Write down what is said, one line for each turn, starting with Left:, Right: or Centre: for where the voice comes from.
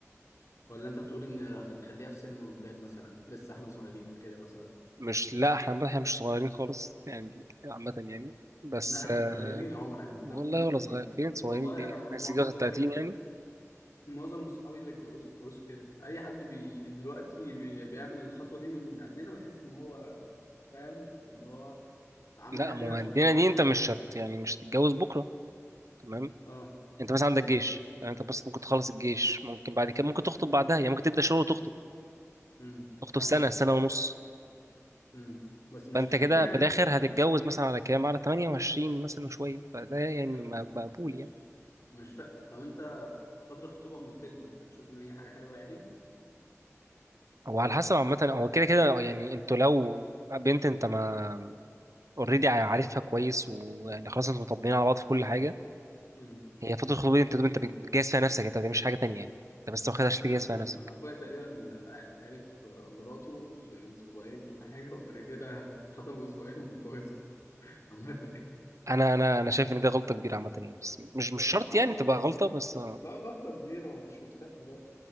Left: ولا انت بتقول ان رخ- نخليها في سن قدام مثلا لسه احنا صغيرين كده مثلا
Right: مش لا احنا عامة احنا مش صغيرين خالص يعني عامه يعني بس
Left: لا احنا
Right: آه،
Left: صغيرين يا عمر احنا في الزمن
Right: والله
Left: ده صغيرين
Right: ولا صغير فين صغيرين
Left: والله
Right: دي يعني
Left: انا م-
Right: بس
Left: معظم
Right: جواز
Left: صحابي
Right: 30 يعني
Left: معظم من اصحابي اللي اتجوزوا اتجوزوا كده اي حد بي دلوقتي بي بيعمل الخطوه دي من قدنا بحس ان هو فاهم اللي هو عاملها
Right: لا ما
Left: كده
Right: هو
Left: عشان
Right: عندنا
Left: هو
Right: دي
Left: حاسس
Right: انت مش هت يعني مش هتتجوز بكره تمام
Left: اه
Right: انت بس عندك
Left: ايوه
Right: جيش يعني انت بس ممكن تخلص الجيش ممكن بعد كده ممكن تخطب بعدها يعني ممكن تبدا شغل وتخطب
Left: امم
Right: تخطب
Left: فاهم
Right: سنة
Left: قصدك
Right: سنة ونص
Left: امم بس مش
Right: فأنت
Left: كتيره
Right: كده
Left: يعني
Right: في الآخر
Left: مش
Right: هتتجوز مثلا على كام على 28 مثلا وشوية فده يعني م-
Left: طب
Right: مقبول
Left: مش
Right: يعني
Left: مش فا... طب انت فتره الخطوبه اما بتكبر بتشوف ان هي حاجه حلوه يعني
Right: هو على حسب عامة هو كده كده يعني انتوا لو بنت انت ما اوريدي عارفها كويس ويعني خلاص انتوا مطبقين على بعض في كل حاجة
Left: امم
Right: هي فترة الخطوبة دي انت انت بتجهز فيها نفسك انت ما بتعملش حاجة تانية يعني انت بس
Left: مش
Right: واخدها
Left: عارف
Right: عشان
Left: والله
Right: تجهز فيها نفسك
Left: انا اخويا تقريبا ع- عرف مراته في اسبوعين ولا حاجه وبعد كده خطبوا اسبوعين واتجوزوا <laughs> عامه
Right: انا انا انا شايف ان دي غلطة كبيرة عامة يعني بس مش مش
Left: غلط-
Right: شرط
Left: ما هو
Right: يعني تبقى
Left: ما بص...
Right: غلطة بس
Left: لا غلطة كبيرة وأنا مش مرتاح دلوقتي